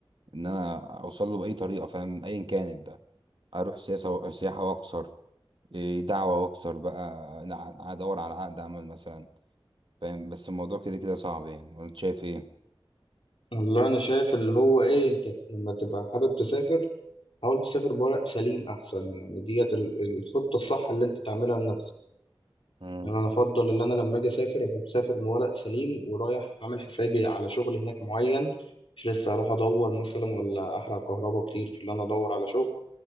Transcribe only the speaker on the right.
ان انا اوصل له باي طريقه فاهم ايا كانت بقى اروح سياسه سياحه واكسر إيه دعوة واكسر بقى أنا هدور على عقد عمل مثلا فاهم بس الموضوع كده كده صعب يعني وانت شايف ايه
مم.